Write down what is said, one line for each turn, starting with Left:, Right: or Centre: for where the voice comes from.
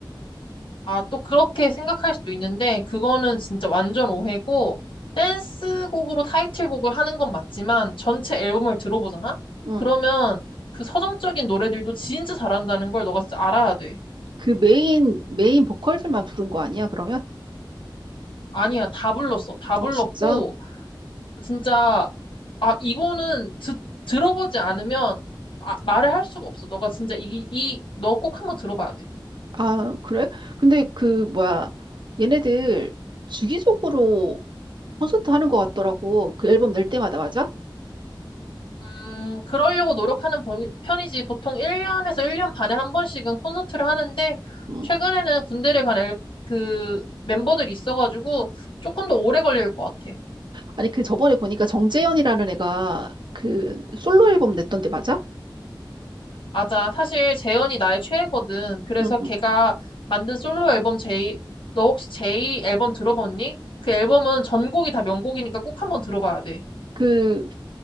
Left: 아, 또 그렇게 생각할 수도 있는데, 그거는 진짜 완전 오해고, 댄스곡으로 타이틀곡을 하는 건 맞지만, 전체 앨범을 들어보잖아?
Right: 응.
Left: 그러면 그 서정적인 노래들도 진짜 잘한다는 걸 너가 진짜 알아야 돼.
Right: 그 메인, 메인 보컬들만 부른 거 아니야, 그러면?
Left: 아니야, 다 불렀어. 다 불렀고,
Right: 아, 진짜?
Left: 진짜, 아, 이거는 듣, 들어보지 않으면, 아, 말을 할 수가 없어. 너가 진짜 이, 이, 너 꼭 한번 들어봐야 돼.
Right: 아, 그래? 근데 그, 뭐야, 얘네들 주기적으로 콘서트 하는 것 같더라고. 그 앨범 낼 때마다, 맞아?
Left: 음, 그러려고 노력하는 보- 편이지. 보통 1년에서 1년 반에 한 번씩은 콘서트를 하는데,
Right: 응.
Left: 최근에는 군대를 간 앨, 그 멤버들이 있어가지고 조금 더 오래 걸릴 것 같아.
Right: 아니, 그 저번에 보니까 정재현이라는 애가 그 솔로 앨범 냈던데, 맞아?
Left: 맞아. 사실 재현이 나의 최애거든. 그래서
Right: 응.
Left: 걔가 만든 솔로 앨범 제이, 너 혹시 제이 앨범 들어봤니? 그 앨범은 전곡이 다 명곡이니까 꼭 한번 들어봐야 돼.
Right: 그